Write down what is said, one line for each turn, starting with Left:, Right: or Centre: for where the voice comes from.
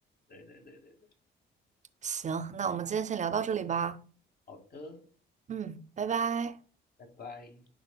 Left: 对对对对对，
Right: 行，那我们今天先聊到这里吧。
Left: 好的，
Right: 嗯，拜拜。
Left: 拜拜。